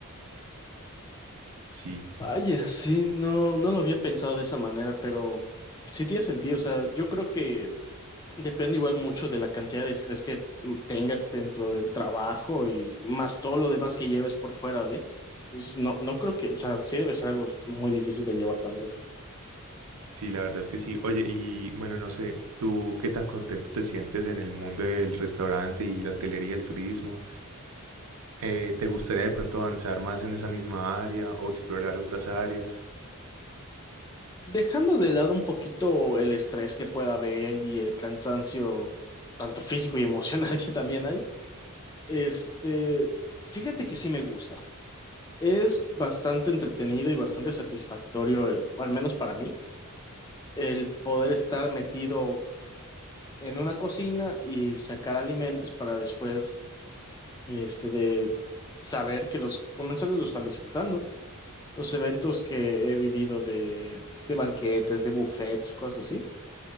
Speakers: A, on the right; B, on the left.
A: Sí.
B: Vaya, sí, no, no lo había pensado de esa manera, pero sí tiene sentido. O sea, yo creo que depende igual mucho de la cantidad de estrés que tengas dentro del trabajo y más todo lo demás que lleves por fuera de. Pues no, no creo que, o sea, sí debe ser algo muy difícil de llevar también.
A: Sí, la verdad es que sí. Oye, y bueno, no sé, ¿tú qué tan contento te sientes en el mundo del restaurante y la hotelería, el turismo? Eh, ¿te gustaría de pronto avanzar más en esa misma área o explorar otras áreas?
B: Dejando de lado un poquito el estrés que pueda haber y el cansancio, tanto físico y emocional <laughs> que también hay, este, fíjate que sí me gusta. Es bastante entretenido y bastante satisfactorio, eh, al menos para mí, el poder estar metido en una cocina y sacar alimentos para después, este, de saber que los comensales lo están disfrutando. Los eventos que he vivido de, de banquetes, de buffets, cosas así,